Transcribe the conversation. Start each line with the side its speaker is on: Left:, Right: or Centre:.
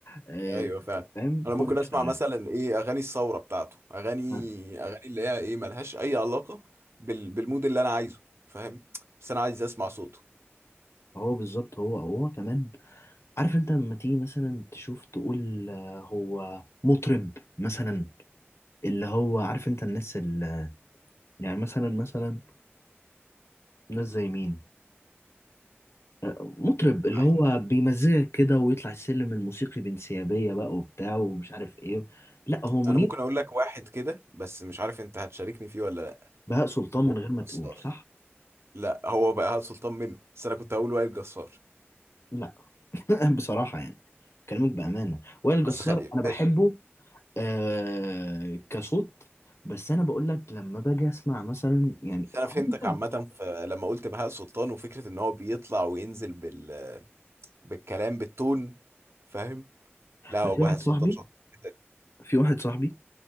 Left: آه،
Right: ايوه فعلا
Left: فاهم
Right: انا
Left: كله
Right: ممكن اسمع
Left: شغال
Right: مثلا ايه اغاني الثوره بتاعته اغاني
Left: بس
Right: اغاني اللي هي ايه ملهاش اي علاقه بال... بالمود اللي انا عايزه فاهم بس انا عايز اسمع صوته
Left: هو بالظبط هو هو كمان عارف انت لما تيجي مثلا تشوف تقول آه، هو مطرب مثلا اللي هو عارف انت الناس اللي يعني مثلا مثلا ناس زي مين آه، مطرب اللي
Right: عايز
Left: هو بيمزجك كده ويطلع السلم الموسيقي بانسيابية بقى وبتاع ومش عارف ايه لا هو منير
Right: انا ممكن اقول لك واحد كده بس مش عارف انت هتشاركني فيه ولا لا
Left: بهاء سلطان من
Right: وائل
Left: غير ما
Right: جسار
Left: تقول صح
Right: لا هو بقى هاد سلطان منه بس انا كنت هقول وائل جسار
Left: لا <laughs> بصراحة يعني كلامك بأمانة وائل جسار
Right: بس خلي
Left: أنا بحبه
Right: ماشي
Left: آه كصوت بس أنا بقول لك لما باجي أسمع مثلا يعني
Right: بس انا
Left: عارف
Right: فهمتك
Left: أنت،
Right: عامه ف- لما قلت بهاء سلطان وفكره ان هو بيطلع وينزل بال... بالكلام بالتون فاهم لا هو
Left: أنا في
Right: بهاء
Left: واحد
Right: سلطان
Left: صاحبي
Right: شاطر جدا
Left: في واحد صاحبي